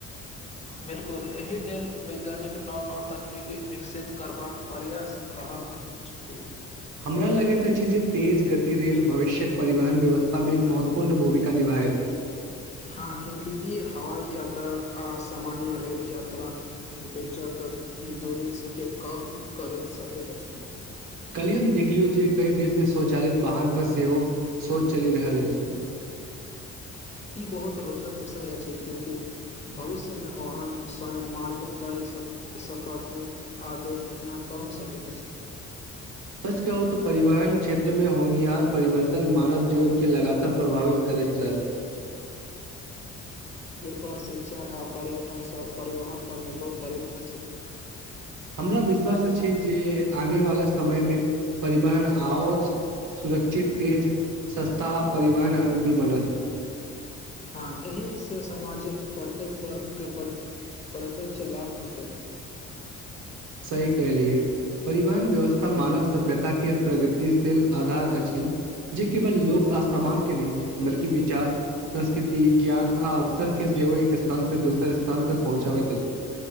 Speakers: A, on the left; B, on the right.
A: बिलकुल, एहि लेल वैज्ञानिक नव नव तकनीकी विकसित करबाक प्रयास रहल छथि।
B: हमरा लगैत छै जे तेज गति रेल भवष्यक परिवहन व्यवस्था मे महत्व पूर्ण भूमिका निभाए
A: हँ, क्यंकि ई हवाई यात्रा आ सामान्य रेल यात्रा बीचक दूुररी के कम करैत सकैत अछि।
B: कलही हम देखलियौ जे कई देश मे स्वचालित वाहन पर सेहो शोच चलि रहल अछि।
A: ई बहुत रोचक विषय अछि, क्यूकि भविष्यमे वहन स्वयं मार्ग तय सकत आ दुर्घटना कम सकैत अछि।
B: सच कहू तऽ परिवहन क्षेत्र मे होनिहार परिवर्तन मानव जीवन के लगातार प्रभावित करैत रहत।
A: पर शिक्षा आ पर्यटन सभ परिवहन पर निर्भर करैत अछि।
B: हमरा विश्वास मे छी जे आने वाला समय मे परिवहन आओर सुरक्षित, तेज, सस्ता परिवहन अनुकूल बनत
A: हँ, एहिसँ समाज प्रत्येक वर्ग के प्रति प्रत्ष लाभ भेटत।
B: सही कलियए, परिवहन व्यवस्था मानव सभ्यता के प्रगतिशील आधार अछि जे केवल लोक अ समान के नहि, बल्कि विचार संस्कृति ज्ञान आ अवसर के सेहो एक स्थान से दोसर स्थान तक पहुँचाबैत अछि,